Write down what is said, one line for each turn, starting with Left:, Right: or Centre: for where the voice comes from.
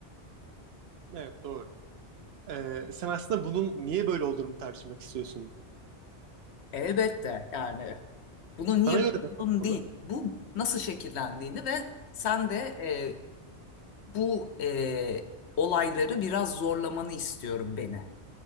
Right: evet doğru. Ee, sen aslında bunun niye böyle olduğunu tartışmak istiyorsun.
Left: Elbette yani bunu niye
Right: Sana göre
Left: buldun
Right: nasıl olmalı?
Left: değil. Bu nasıl şekillendiğini ve sen de e, bu e, olayları biraz zorlamanı istiyorum beni